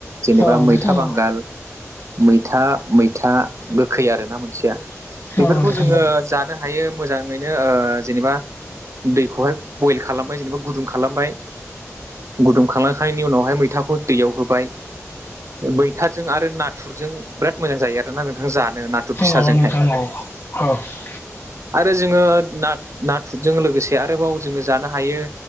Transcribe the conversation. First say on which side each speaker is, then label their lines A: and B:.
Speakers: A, on the right (about 65°); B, on the left (about 45°).
A: जेनेबा
B: औ औ नोंथां
A: मैथा बांगाल मै मैथा मैथा गोखै आरोना मोनसेया। बेफोरखौ
B: औ नोंथां
A: जोङो जानो हायो मोजाङैनो ओ जेनेबा दैखौहाय बयल खालामबाय जेनेबा गुदुं खालामबाय गुदुं खालाखांनायनि उनावहाय मैथाखौ दैयाव होबाय मैथाजों आरो नाथुरजों बिराद मोजां जायो आरोना नोंथां जानो नाथुर
B: औ
A: फिसाजोंहाय।
B: नोंथां <unintelligible>
A: आरो जोङो नाथ-नाथुरजों लोगोसे आरोबाव जोङो जानो हायो